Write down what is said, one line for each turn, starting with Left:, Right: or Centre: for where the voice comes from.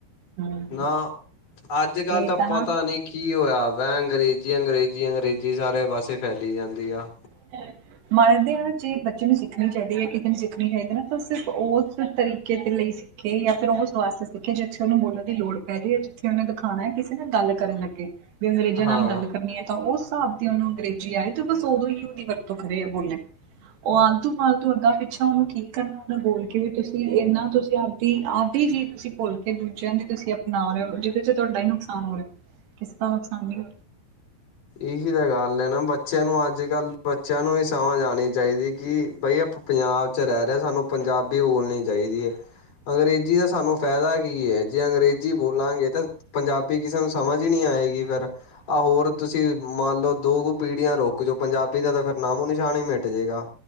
Right: ਹਮ
Left: ਨਾਂ, ਅੱਜ-ਕੱਲ
Right: ਇਹ
Left: ਤਾਂ ਪਤਾ
Right: ਨਾ
Left: ਨੀਂ ਕੀ ਹੋਇਆ ਵੈ, ਅੰਗਰੇਜ਼ੀ, ਅੰਗਰੇਜ਼ੀ, ਅੰਗਰੇਜ਼ੀ, ਸਾਰੇ ਪਾਸੇ ਫੈਲੀ ਜਾਂਦੀ ਆ।
Right: <unintelligible> ਮੰਨਦੇ ਹਾਂ ਜੇ ਬੱਚੇ ਨੂੰ ਸਿੱਖਣੀ ਚਾਹੀਦੀ ਹੈ ਜਾਂ ਕਿਤੇ ਨੂੰ ਸਿੱਖਣੀ ਚਾਹੀਦੀ ਨਾ ਤਾਂ ਸਿਰਫ ਉਸ ਤਰੀਕੇ ਦੇ ਲਈ ਸਿੱਖੇ ਜਾਂ ਫਿਰ ਉਹ ਵਾਸ ਸਿੱਖੇ ਜਿੱਥੇ ਉਹਨੂੰ ਬੋਲਣ ਦੀ ਲੋੜ ਪੈ ਜਾਵੇ, ਜਿੱਥੇ ਉਹਨੇ ਦਿਖਾਣਾ ਐ ਕਿਸੇ ਨਾਲ ਗੱਲ ਕਰਨ ਲੱਗੇ। ਅੰਗਰੇਜ਼ਾਂ
Left: ਹਾਂ।
Right: ਨਾਲ ਗੱਲ ਕਰਨੀ ਐ ਤਾਂ ਉਸ ਹਿਸਾਬ ਦੀ ਉਹਨੂੰ ਅੰਗਰੇਜ਼ੀ ਆਏ ਤੇ ਬਸ ਉਦੋਂ ਹੀ ਉਹ ਦੀ ਵਰਤੋਂ ਕਰੇ ਯਾ ਬੋਲੇ। ਉਹ ਆਲਤੂ-ਫਾਲਤੂ ਅਗਾ-ਪਿੱਛਾ ਉਹਨੂੰ ਕੀ ਕਰਨਾ ਉਹਨਾ ਬੋਲ ਕੇ ਵੀ ਤੁਸੀਂ ਇੰਨਾ ਤੁਸੀਂ ਤੇ ਆਦਿ ਜੀ ਤੁਸੀਂ ਭੁੱਲ ਕੇ ਦੂਜਿਆਂ ਦੀ ਤੁਸੀਂ ਅਪਣਾ ਰਹੇ ਹੋ ਜਿਹਦੇ ਚ ਤੁਹਾਡਾ ਹੀ ਨੁਕਸਾਨ ਹੋ ਰਿਹਾ। ਕਿਸਦਾ ਨੁਕਸਾਨ ਏ
Left: ਇਹੀ ਤਾਂ ਗੱਲ ਐ ਨਾਂ ਬੱਚਿਆਂ ਨੂੰ ਅੱਜ-ਕੱਲ ਬੱਚਿਆਂ ਨੂੰ ਵੀ ਸਮਝ ਆਣੀ ਚਾਹੀਦੀ ਕਿ ਬਈ ਆਪ ਪੰਜਾਬ ਚ ਰਹਿ ਰਿਹਾ ਸਾਨੂੰ ਪੰਜਾਬੀ ਬੋਲਣੀ ਚਾਹੀਦੀ ਆ। ਅੰਗਰੇਜ਼ੀ ਦਾ ਸਾਨੂੰ ਫਾਇਦਾ ਕੀ ਐ। ਜੇ ਅੰਗਰੇਜ਼ੀ ਬੋਲਾਂਗੇ ਤਾਂ ਪੰਜਾਬੀ ਕਿਸੇ ਨੂੰ ਸਮਝ ਹੀ ਨ੍ਹੀਂ ਆਏਗੀ ਫਿਰ ਆਹ ਹੋਰ ਤੁਸੀਂ ਮੰਨ ਲਓ, ਦੋ ਕੂ ਪੀੜੀਆਂ ਰੁਕ ਜੋ ਪੰਜਾਬ ਇਦਾ ਤਾਂ ਫਿਰ ਨਾਮੋ ਨਿਸ਼ਾਨ ਹੀ ਮਿਟ ਜਾਏਗਾ